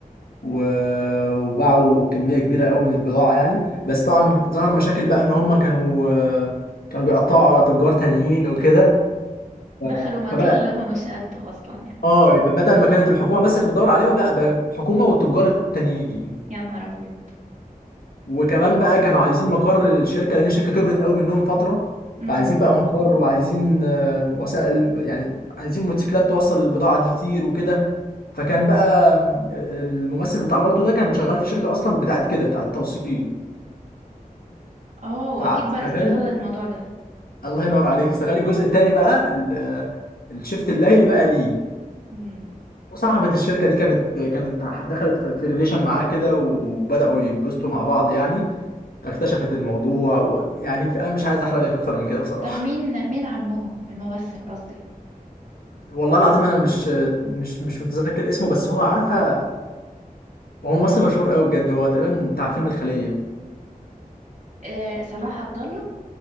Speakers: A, on the left; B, on the right.
A: و... وباعوا كميه كبيره قوي من البضاعه يعني بس طبعا ظهر مشاكل بقى ان هم كانوا كانوا بيقطعوا على تجار تانيين وكده ف-
B: دخلوا مجال
A: فبقى
B: اللي هما مش قده اصلا يعني
A: اه بدل ما كانت الحكومه بس اللي بتدور عليهم لا ده الحكومه والتجار التانيين
B: يا نهار ابيض
A: وكمان بقى كانوا عايزين مقر للشركه لان الشركه كبرت قوي منهم فتره
B: امم
A: فعايزين بقى مقر وعايزين آه، وسائل يعني عايزين موتوسيكلات توصل البضاعه دي كتير وكده فكان بقى آم، الممثل بتاع بالتو ده كان شغال في شركه اصلا بتاعت كده بتاعت توصيل
B: اه واكيد
A: فاستغل
B: بقى استغل الموضوع ده
A: الله ينور عليك استغل الجزء التاني بقى ال- آه، الشيفت الليلي بقى ليه
B: امم
A: وصاحبة الشركة دي كانت كانت دخلت في في ريليشن معاه كده وبدأوا يتبسطوا مع بعض يعني فاكتشفت الموضوع ويعني انا مش عايز احرق لك اكتر من كده بصراحة
B: طب مين مين عمهم الممثل قصدي
A: والله العظيم انا مش مش مش متذكر اسمه بس هو عارفه هو ممثل مشهور قوي بجد هو تقريبا بتاع فيلم الخليه
B: آه صلاح عبد الله